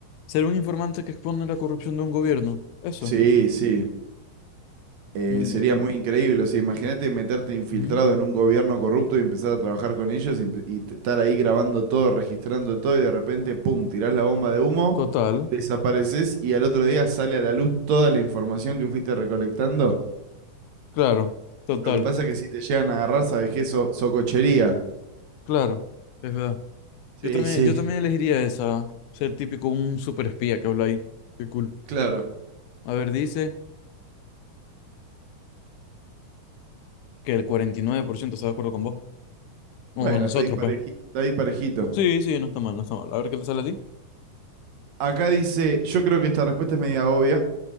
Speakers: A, on the left (about 80°); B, on the right (about 70°).
A: Ser un informante que expone la corrupción de un gobierno, eso.
B: Sí, sí. Eh,
A: Mm,
B: sería muy increíble, o sea, imagínate meterte infiltrado
A: ujú.
B: en un gobierno corrupto y empezar a trabajar con ellos y, empe- y t- estar ahí grabando todo, registrando todo y de repente, pum, tirás la bomba de humo,
A: Total,
B: desapareces y al otro día sale a la luz toda la información que fuiste recolectando.
A: claro, total,
B: Lo que pasa es que si te llegan a agarrar, sabes que eso, socochería.
A: claro, es verdad.
B: Sí,
A: Yo también,
B: sí,
A: yo también elegiría esa, ser típico un super espía que habla ahí. Qué cool.
B: claro.
A: A ver, dice que el 49% está de acuerdo con vos. O
B: Bueno,
A: con nosotros,
B: está ahí pareji-
A: pues.
B: está ahí parejito.
A: Sí, sí, no está mal, no está mal. A ver qué te sale a ti.
B: Acá dice, yo creo que esta respuesta es media obvia,